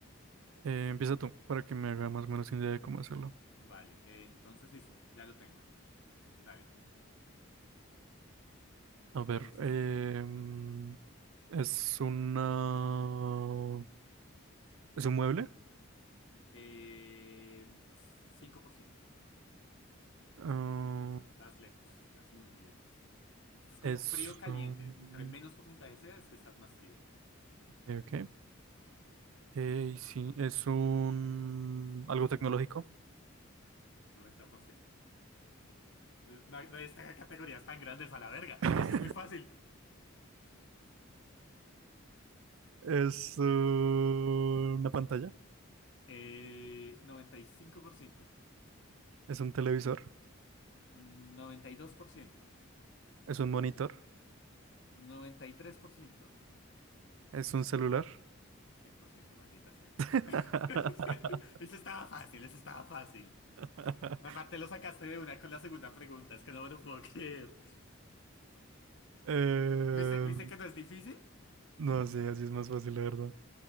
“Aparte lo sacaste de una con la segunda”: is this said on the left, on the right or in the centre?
Left